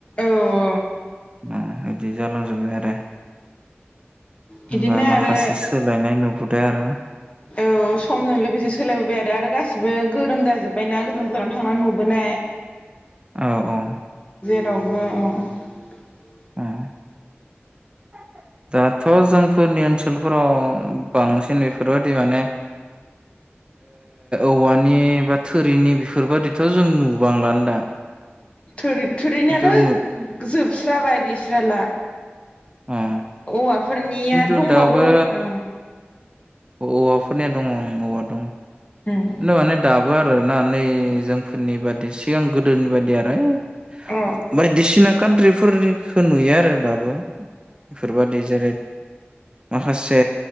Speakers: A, on the left; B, on the right.
A: औ
B: अ बिदि जालांजोबबाय आरो होमबा
A: बिदिनो
B: माखासे
A: आरो
B: सोलायनाय नुब बाय आरोना
A: औ समजों लोगोसे सोलायबोबाय आरो आरो गासिबो गोरों जाजोब्बायना गोजान गोजानाव थांनानै नुबोनाय
B: औ औ
A: <unintelligible>
B: <inaudible> दाथ' जोंफोरनि ओनसोलफोराव बांसिन बेफोरबायाददि माने ओ औवानि बा थोरिनि बेफोरबायादिथजों नुबांलानो दा
A: ओम थुरिनायाथ'
B: खिन्थु नु
A: जोबस्राबाय गैस्राला
B: अ
A: औवाफोरनिया
B: खिन्थु
A: दंबावो
B: दाबो
A: ओ
B: औवाफोरनिया दंङ ओं औवा दङ
A: ओं
B: खिन्थु माने दाबो आरो फोर ना नै जोंफोरनि बादि सिगां गोदोनि बायदि आरो ऐ
A: औ
B: बायदिसिना कान्ट्रिफोरनिखौ नुयो आरो दाबो बेफोरबायदि जेरै माखासे